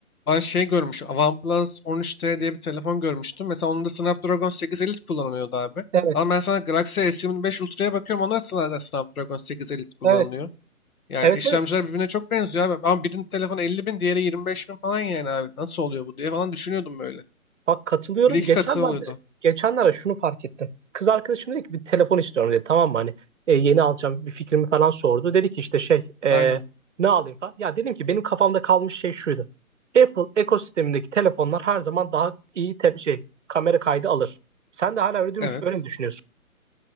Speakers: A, on the left; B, on the right.
A: ben şey görmüşüm. OnePlus 13T diye bir telefon görmüştüm. Mesela onun da Snapdragon 8 Elite kullanılıyordu abi.
B: Evet,
A: Ama ben sana Galaxy S25 Ultra'ya bakıyorum. Onda da Snapdragon 8 Elite kullanılıyor.
B: evet,
A: Ya
B: evet,
A: işlemciler
B: evet.
A: birbirine çok benziyor abi. Ama birinin telefonu 50 bin, diğeri 25 bin falan yani abi. Nasıl oluyor bu diye falan düşünüyordum böyle.
B: Bak katılıyorum.
A: Bir iki
B: Geçenlerde,
A: katı oluyordu.
B: geçenlerde şunu fark ettim. Kız arkadaşım dedi ki bir telefon istiyorum dedi. Tamam mı hani e, yeni alacağım bir fikrimi falan sordu. Dedi ki işte şey e,
A: Aynen.
B: ne alayım falan. Ya dedim ki benim kafamda kalmış şey şuydu. Apple ekosistemindeki telefonlar her zaman daha iyi te- şey kamera kaydı alır. Sen de hala öyle, dümüş,
A: Evet.
B: öyle mi düşünüyorsun?